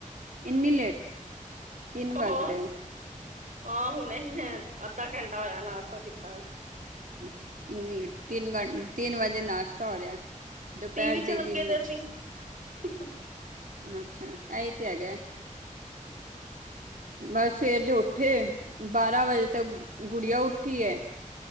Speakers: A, on the right; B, on the right.
A: ਇੰਨੀ ਲੇਟ ਤਿੰਨ ਵੱਜ
B: ਹੋਰ
A: ਰਹੇ ਨੇ।
B: ਆਹ ਹੁਣੇ ਅੱਧਾ ਘੰਟਾ ਹੋਇਆ ਨਾਸ਼ਤਾ ਕੀਤਾ ਏ
A: ਅੱਛਾ ਇੰਨੀ ਲੇਟ ਤਿੰਨ ਤਿੰਨ ਵਜੇ ਨਾਸ਼ਤਾ ਹੋ ਰਿਹਾ। ਦੁਪਹਿਰ
B: ਟੀ ਵੀ
A: ਦੇ
B: ਚ ਲੱਗੇ
A: ਤਿੰਨ
B: <inaudible>
A: ਅੱਛਾ ਐਹੀ ਤੇ ਹੈਗਾ। ਬਸ ਸਵੇਰ ਦੇ ਉੱਠੇ, ਬਾਰਾਂ ਵਜੇ ਤੇ ਗੁੜੀਆ ਉੱਠੀ ਹੈ।